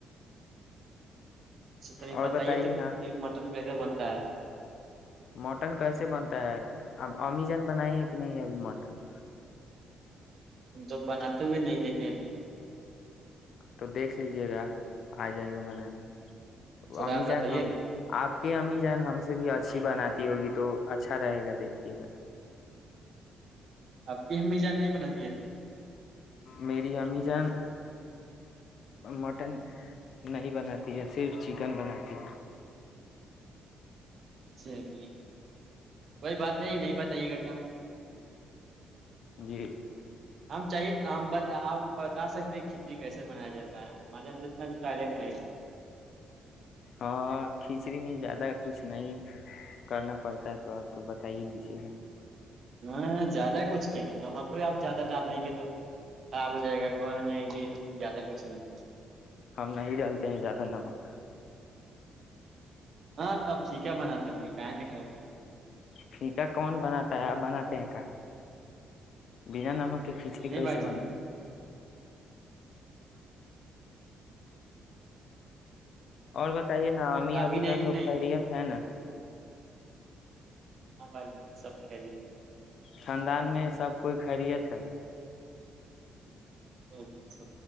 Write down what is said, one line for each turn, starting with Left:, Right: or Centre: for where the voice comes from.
Right: اچھا تو نہیں
Left: اور
Right: بتائیے تو
Left: نا
Right: مٹن پضہ بنتا ہے
Left: مٹن کیسے بنتا ہے اب امیزن بنائی ہے کہ نہیں ابھی مٹن
Right: ہم تو بناتے ہوئے نہیں دیکھے ہیں لگ
Left: تو دیکھ لیجے گا آ جائے گا بنانے
Right: تھوڑا
Left: امی
Right: آپ بتائیے
Left: جان ہ
Right: نا
Left: آپ کہ امی جان ہم سے بھی اچھی بناتی ہوگی تو اچھا رہے گا دیکھیے گا تو
Right: اب کی ہممی جان نہیں بنا
Left: میری امی جان مٹن نہیں بناتی ہے صرف چکن بناتی ہے
Right: چلی ج کوئی بات نہیں نہیں بتائیے کرتا ہوں
Left: جی
Right: ہم چاہیے ہم آپ بتا سکتے ہیں کھچڑی کیسے منایا جاتا ہےے اتنا لینڈ ہے
Left: ہاں کھچڑی میں زیادہ کچھ نہیں کرنا پڑتا ہے تو آپ تو بتا ہی دیجیے گا
Right: ہاں زیادہ کچھ کیا ہے نمک ہو آپ زیادہ ڈال دیں گے تو خراب ہو جائے گا کو رہ گی زیادہ کچھ نہیں
Left: ہم نہیں ڈالتے ہیں زیادہ نمک
Right: ہاں تب سھیک بناتے ہوں گے کہیں نہیں کہ گی
Left: پھیکا کون بناتا ہے آپ بناتے ہیں کیا بنا نمک کہ کھچڑی
Right: نہیں
Left: کیسے
Right: بھائی
Left: بنے
Right: جناب
Left: اور بتائیے نا اامی
Right: گابھی
Left: ابو جان
Right: نہیں کہ
Left: لوگ
Right: نہیں
Left: خیریت ہے نا
Right: ہاں بھائی سب کلی ہوتی
Left: خھاندان میں سب کوئی خریت ہے
Right: ج س